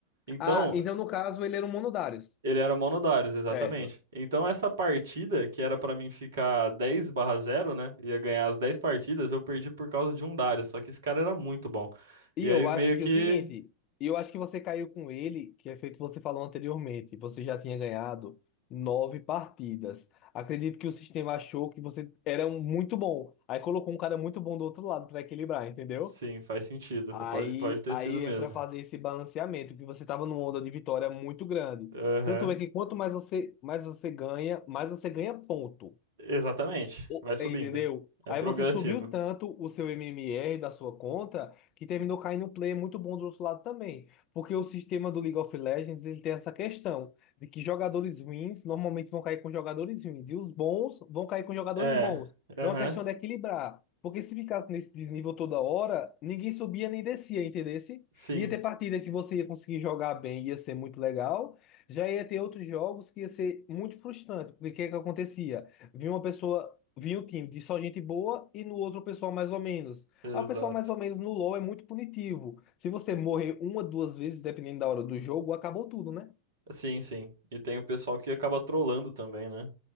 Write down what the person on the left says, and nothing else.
ah então no caso ele era um Monodarius.
Certo.
E
eu
acho
que é o seguinte, eu acho que você caiu com ele, que é feito você falou anteriormente. Você já tinha ganhado nove partidas. Acredito que o sistema achou que você era um muito bom. Aí colocou um cara muito bom do outro lado para equilibrar, entendeu?
Aí,
aí
é para fazer esse balanceamento, que você estava numa onda de vitória muito grande.
Tanto é que quanto mais você, mais você ganha, mais você ganha ponto.
O-
Entendeu?
Aí
você subiu tanto o seu MMR da sua conta que terminou caindo um player muito bom do outro lado também. Porque o sistema do League of Legends ele tem essa questão de que jogadores ruins normalmente vão cair com jogadores ruins e os bons vão cair com jogadores
bons.
É uma questão de equilibrar. Porque se ficasse nesse nível toda hora, ninguém subia nem descia, entendesse?
Ia ter partida que você ia conseguir jogar bem, ia ser muito legal. Já ia ter outros jogos que ia ser muito frustrante. Porque o que é que acontecia? Vinha uma pessoa. Vinha o time de só gente boa e no outro o pessoal mais ou menos.
Ah, o pessoal mais ou menos no LoL é muito punitivo. Se você morrer uma, duas vezes, dependendo da hora do jogo, acabou tudo, né?